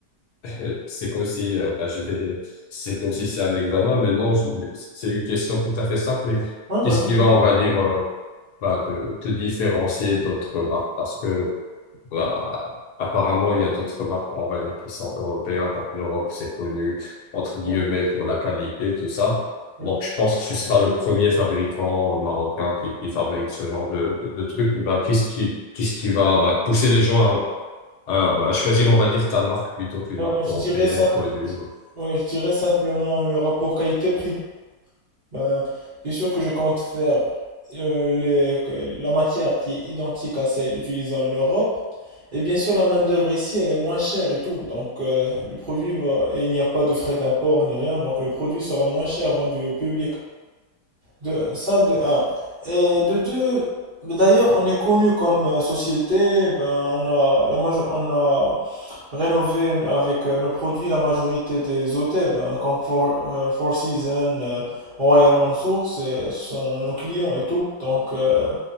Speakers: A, on the left; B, on the right.
A: euh, <laughs> c'est comme si, euh, bah, je vais, c'est comme si c'est un examen, mais non, je- c'est une question tout à fait simple, mais
B: Ouais, vas-y,
A: qu'est-ce qui
B: vas-y.
A: va, on va dire, euh, bah, te, te différencier d'autres marques? Parce que Bah, apparemment, il y a d'autres marques, on va dire, qui sont européennes. Donc, l'Europe, c'est connu, entre guillemets,
B: Ouais,
A: pour la qualité, tout ça.
B: ouais.
A: Donc, je pense que tu seras le premier fabricant marocain qui, qui fabrique ce genre de, de, de trucs. Bah, qu'est-ce qui, qu'est-ce qui va, bah, pousser les gens à, à, bah, à choisir, on va dire, ta marque plutôt qu'une
B: Ben,
A: marque
B: je
A: européenne
B: dirais ça.
A: connue?
B: Je, ouais, je dirais simplement le rapport qualité-prix. Ben, bien sûr que je compte faire euh, les- que- la matière qui est identique à celle utilisée en Europe. Et bien sûr, la main-d'œuvre ici, elle est moins chère et tout. Donc, euh, le produit va. Et il n'y a pas de frais d'import ni rien. Donc, le produit sera moins cher vendu au public. De, ça, de un. Et de deux, bah, d'ailleurs, on est connu comme euh, société. Ben, on a, la majo- on a rénové avec euh, nos produits la majorité des hôtels, ben, comme Four, euh, Four Seasons, euh, Royal Mansour, c'est- ce sont nos clients et tout. Donc, euh,